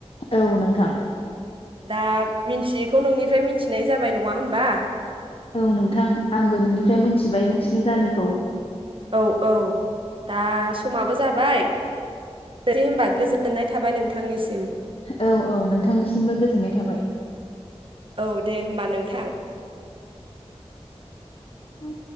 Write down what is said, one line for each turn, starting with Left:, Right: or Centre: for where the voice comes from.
Left: औ नोंथां
Right: दा मिन्थियैखौ नोंनिफ्राय मिथिनाय जाबाय नङा होमबा
Left: औ नोंथां आंबो नोंनिफ्राय मोनथिबाय नोंसिनि गामिखौ
Right: औ औ दा समाबो जाबाय दै होनबा गोजोननाय थाबाय नोंथांनिसिम।
Left: औ औ नोंथांनिसिमबो गोजोननाय थाबाय।
Right: औ दे होमबा नोंथां।
Left: उ